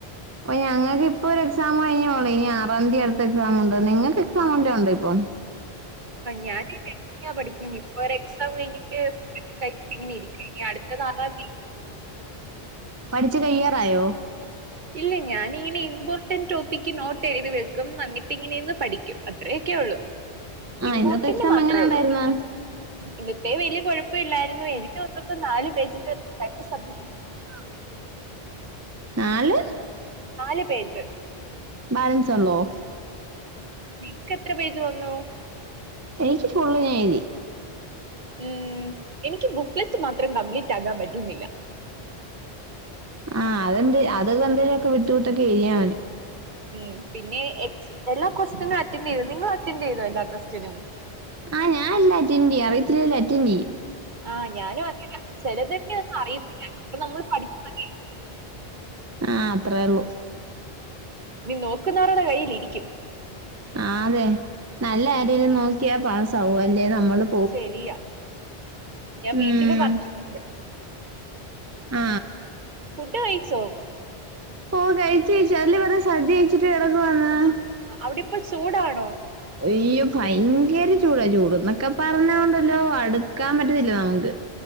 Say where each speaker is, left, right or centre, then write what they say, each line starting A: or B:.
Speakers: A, on the right (about 15°); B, on the right (about 50°).
A: ഓ ഞങ്ങക്ക്പ്പൊ ഒരു എക്സാം കഴിഞ്ഞെള്ളു എനി ആറാന്തി അടുത്ത എക്സാമുണ്ട് നിങ്ങക്ക് എക്സാം വല്ലോണ്ടോ പ്പൊ
B: ഞാന് <unintelligible> പഠിക്കുന്നെ പ്പൊരെക്സാം കഴ്ഞ്ട്ട് ങ്ങനെ ഇരിക്ക നി അടുത്തത് ആറാന്തി
A: പഠിച്ച് കയ്യാറായോ
B: ഇല്ല ഞാനിങ്ങനെ ഇമ്പോർട്ടന്റ് ടോപ്പിക്ക് നോട്ടെഴ്തി വെക്കും അന്നിട്ട് ഇങ്ങനെരുന്ന് പഠിക്കും അത്രയൊക്കെ ഒള്ളു
A: ആ
B: ഇമ്പോർട്ടൻ്റ്
A: ഇന്നത്തെ എക്സാം
B: മാത്രേ
A: എങ്ങനെ ഉണ്ടായിരുന്നു
B: ഒള്ളൂ ഇന്നത്തെ വല്യ കൊഴപ്പല്ലായിരുന്നു എഴുതി വന്നപ്പോ നാല് പേജിന് രണ്ട് സബ്ജ
A: <inaudible> നാല്
B: നാല് പേജ്
A: ബാലൻസ് ഉള്ളോ
B: നിങ്ക്കെത്ര പേജ് വന്നു
A: എനിക്ക് ഫുള്ള് ഞാനെഴുതി
B: ഉം എനിക്ക് ബുക്ക്‌ളിത്തെ മാത്രം കംപ്ലീറ്റാക്കാൻ പറ്റുന്നില്ല
A: ആ തെന്തെ അതെന്തെലൊക്കെ വിട്ട് വിട്ടൊക്കെഴുതിയാ മതി
B: ഉം പിന്നെ എക്സ് എല്ലാ ക്വസ്റ്റിനും അറ്റൻഡ് ചെയ്തോ നിങ്ങൾ അറ്റൻഡ് ചെയ്തോ എല്ലാ ക്വസ്റ്റിനും
A: ആ ഞാനെല്ലാം അറ്റൻറ് ചെയ്യും അറിയത്തില്ലങ്കിലും അറ്റൻന്റെയ്യും
B: ആ ഞാനും അങ്ങന ചെലതിന്റൊന്നും അറിയത്തില്ല അപ്പൊ നമ്മൾ പഠിച്ചതങ്ങെഴുതും
A: ആ അത്രേ ള്ളു
B: നീ നോക്കുന്നവരുടെ കയ്യിൽ ഇരിക്കും
A: ആ അതെ നല്ല
B: ഉം,
A: ആരേലും നോക്കി ക്ക്യ പാസാകും അല്ലെ നമ്മളും
B: ശെരിയാ ഞാൻ
A: ഉം
B: വീട്ടില് പറഞ്ഞിട്ടുണ്ട്
A: ആ
B: ഫുഡ് കഴിച്ചോ
A: ഓ കഴിച് കഴിച്ച് അതല്ലേ പറഞ്ഞേ സദ്യ കഴിച്ചിട്ട് കെടക്കുവാ ന്ന്
B: അവിടെപ്പോ ചൂടാണോ
A: അയ്യോ ഭയങ്കര ചൂടാ ചൂട്ന്നൊക്കെ പറഞ്ഞണ്ടല്ലോ അടുക്കാൻ പറ്റത്തില്ല നമുക്ക്